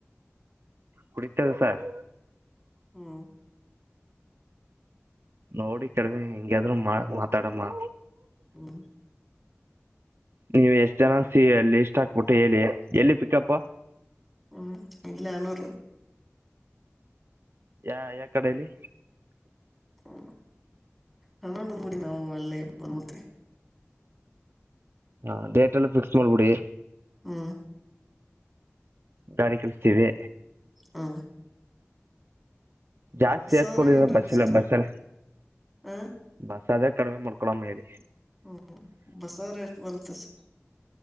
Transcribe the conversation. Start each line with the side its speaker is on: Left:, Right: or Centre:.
Right: ಕುಡಿತದ ಸಾರ್
Centre: ಹ್ಮ್
Right: ನೋಡಿ ಕಡಿಮೆ ಹಿಂಗಾದ್ರು ಮಾ ಮಾತಾಡಮ್ಮ
Centre: ಹ್ಮ್
Right: ನೀವ್ ಎಷ್ಟ ಜನ ಲ್ಲಿ ಇಷ್ಟ ಹಾಕ್ಬಿಟ್ಟು ಹೇಳಿ ಎಲ್ಲಿ ಪಿಕಪ್
Centre: ಹ್ಮ್ ಇಲ್ಲೇ ಅನೂರು
Right: ಯಾ ಯ ಕಡಲಿ
Centre: ಹ್ಮ ನನ್ನ ಬಂದ್ಬಿಡಿ ನಾವು ಅಳ್ಳೆ ಬಂದಬಿಡ್ತಿ
Right: ಹ ಡೇಟ್ ಎಲ್ಲ ಫಿಕ್ಸ್ ಮಾಡ್ಬಿಡಿ
Centre: ಹ್ಮ್
Right: ಗಾರಿ ಕೆಳಿಸತೀವಿ
Centre: ಹಾ
Right: ಜಾಸ್ತಿ ಸೇರ್ಸ್ಕೊಂಡಿದ
Centre: ಆದ್ರೆ ಏನ್ ರೇಟ್
Right: ಬಸ್ಲ್ಲ
Centre: ಸರ್
Right: ಬಸ್ಲ್ಲ
Centre: ಹ
Right: ಬಸ್ ಅದ ಕಡಿಮೆ ಮಾಡ್ಕೊಳ ಅ ಮೇರಿ
Centre: ಹ್ಮ್ ಬಸ ಎಷ್ಟ ಬರುತ್ತೆ ಸರ